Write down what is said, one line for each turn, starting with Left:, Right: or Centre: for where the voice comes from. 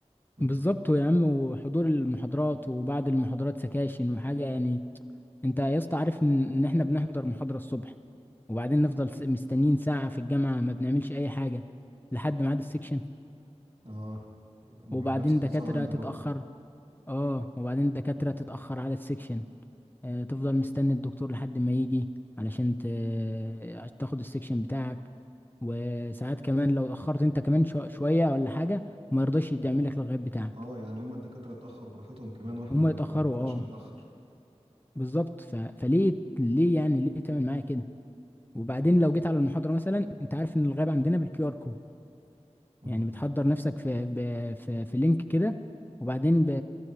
Right: انت-
Left: بالظبط يا عم وحضور المحاضرات وبعد المحاضرات سكاشن وحاجة يعني انت يا اسطى عارف ان ان احنا بنحضر محاضرة الصبح وبعدين نفضل س- مستنيين ساعة في الجامعة ما بنعملش اي حاجة لحد ميعاد السكشن
Right: اه
Left: وبعدين
Right: نفس النظام
Left: دكاترة
Right: عندي
Left: تتأخر
Right: برضه
Left: اه وبعدين دكاترة تتأخر على السكشن اه تفضل مستني الدكتور لحد ما يجي علشان ت... عشان تاخد السكشن بتاعك وساعات كمان لو اتأخرت انت كمان شو... شوية ولا حاجة ما يرضاش يدعم لك الغياب بتاعك
Right: اه يعني هم الدكاتره اتاخروا براحتهم كمان واحنا
Left: هما
Right: ما
Left: يتأخروا
Right: ينفعش نتاخر
Left: اه بالظبط ف... فليه ليه يعني ليه تعمل معايا كده وبعدين لو جيت على المحاضرة مثلا انت عارف ان الغاب عندنا بالكيو ار كود
Right: اه
Left: يعني بتحضر نفسك في ب- في في لينك كده وبعدين ب-